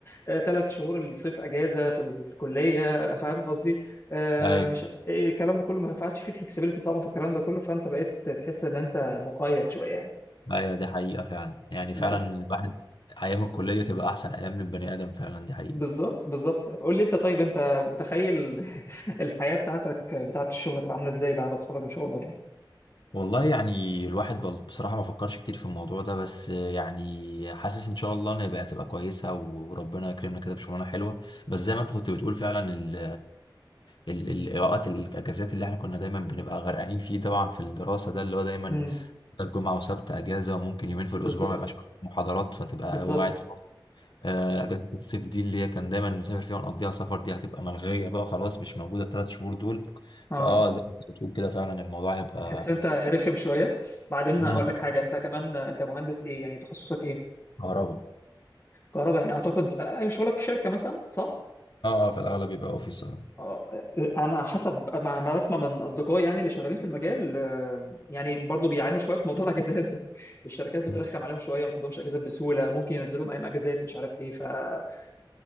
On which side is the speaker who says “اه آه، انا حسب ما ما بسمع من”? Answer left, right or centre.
Left